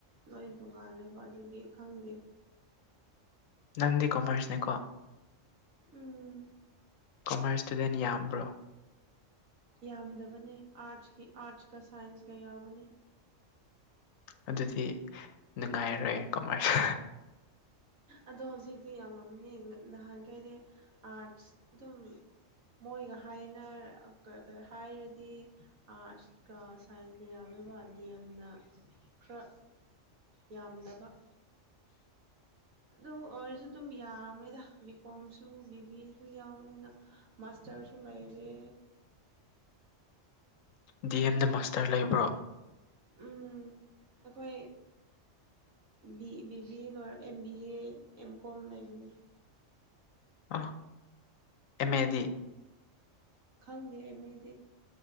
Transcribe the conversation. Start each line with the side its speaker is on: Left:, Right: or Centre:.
Right: ꯂꯣꯏ ꯇꯣꯡꯉꯥꯜꯂꯦꯕ ꯑꯗꯨꯒꯤ ꯈꯪꯗꯦ
Left: ꯅꯪꯗꯤ ꯀꯣꯃꯔꯁꯅꯦꯀꯣ
Right: ꯎꯝ
Left: ꯀꯣꯃꯔꯁ ꯏꯁꯇꯨꯗꯦꯟ ꯌꯥꯝꯕ꯭ꯔꯣ
Right: ꯌꯥꯝꯗꯕꯅꯦ ꯑꯥꯔꯠꯁꯀꯤ ꯑꯥꯔꯠꯁꯀ ꯁꯥꯏꯟꯁꯀ ꯌꯥꯝꯕꯅꯦ
Left: ꯑꯗꯨꯗꯤ ꯅꯨꯡꯉꯥꯏꯔꯔꯣꯏ ꯀꯃꯥꯏꯁ
Right: ꯑꯗꯣ ꯍꯧꯖꯤꯛꯇꯤ ꯌꯥꯝ ꯌꯥꯝꯅꯤ ꯅꯍꯥꯟꯒꯩ ꯍꯥꯏꯗꯤ ꯑꯥꯠꯁ ꯑꯗꯨꯝ ꯃꯣꯏꯒ ꯍꯥꯏꯅ ꯍꯥꯏꯔꯗꯤ ꯑꯥ ꯀꯥ ꯁꯥꯏꯖꯀ ꯌꯥꯝꯃꯦꯕ ꯗꯤ ꯑꯦꯝꯅ ꯈꯔ ꯌꯥꯝꯗꯕ ꯑꯗꯨ ꯑꯣꯏꯔꯁꯨ ꯑꯗꯨꯝ ꯌꯥꯝꯃꯦꯗ ꯕꯤ ꯀꯣꯝꯁꯨ ꯕꯤ ꯕꯤ ꯑꯦꯁꯨ ꯌꯥꯎꯕꯅꯤꯅ ꯃꯥꯁꯇꯔꯁꯤ ꯂꯩꯔꯦ
Left: ꯗꯤ ꯑꯦꯝꯗ ꯃꯥꯁꯇꯔ ꯂꯩꯕ꯭ꯔꯣ
Right: ꯎꯝ ꯑꯩꯈꯣꯏ ꯕꯤ ꯕꯤ ꯂꯣꯏꯔ M B A M Com ꯂꯩꯕꯅꯦ
Left: ꯑꯂ ꯑꯦꯃꯦꯗꯤ
Right: ꯈꯪꯗꯦ ꯑꯦꯃꯦꯗꯤ